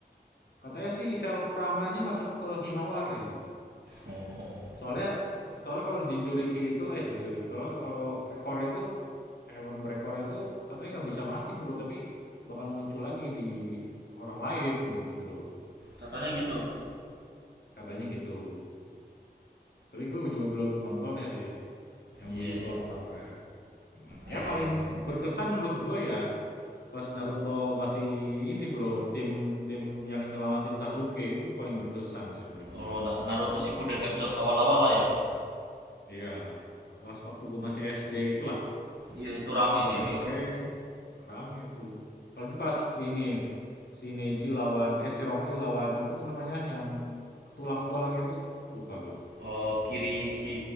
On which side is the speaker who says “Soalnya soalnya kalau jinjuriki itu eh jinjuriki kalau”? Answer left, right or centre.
Left